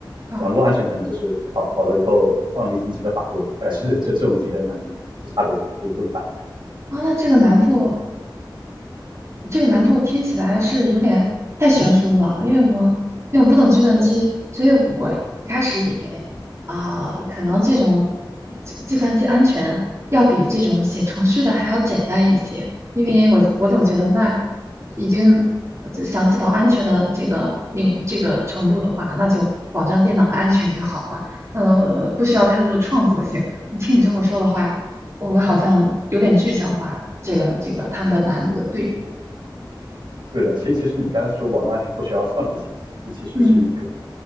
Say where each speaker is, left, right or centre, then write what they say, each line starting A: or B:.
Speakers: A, on the right; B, on the right.
A: 好
B: 网络安全可能就是考考了以后放了一星期的法棍，大概是这这种级别的难度，就差别是这么大。
A: 啊，那这个难度这个难度听起来是有点太悬殊了，因为我因为我不懂计算机，
B: 对，
A: 所以我一开始以为啊、可能这种计计算机安全要比这种写程序的还要简单一些，因为我我总觉得那已经呃就详细到安全的这个领这个程度的话，那就保证电脑的安全就好了，呃，不需要太多的创作性。听你这么说的话，我好像有点具象化了这个这个他们的难度的对比。
B: 嗯，对的。其其实你刚才说网络安全不需要创作性，这其实是一个
A: 嗯，